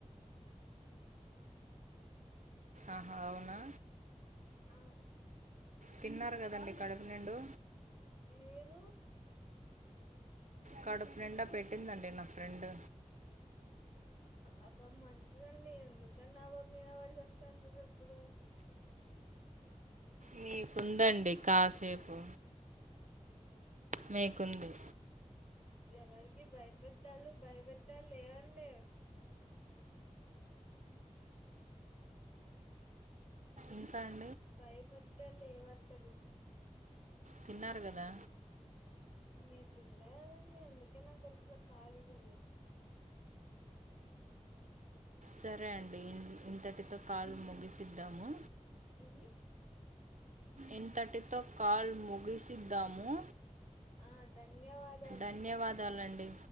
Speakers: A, on the right; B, on the left.
A: ఆహా అవునా
B: ఆవ్
A: తిన్నారు కదండి కడపు నిండు
B: మీరు
A: కడుపు నిండా పెట్టిందండి నా ఫ్రెండ్
B: ఆ పా మంచిదండి ఎందుకండి ఆ ఆమె మీద పడి సస్తాంటారు ఎప్పుడు
A: మీకుందండి కాసేపు మీకుంది
B: ఎవరికి భయపెట్టాలు భయపెట్టాలేవండి
A: ఇంకా అం
B: భయపెట్ట లేవు అసలు
A: తిన్నారు కదా
B: మీరు తినలేదండి అందుకే నా కడుపులో కలిగా ఉంది
A: సరే అండి ఇ ఇంతటితో కాల్ ముగిసిద్దాము
B: ఏంది
A: ఇంతటితో కాల్ ముగిసిద్దాము
B: ఆ ధన్యవాదాలు
A: ధన్యవాదాలండి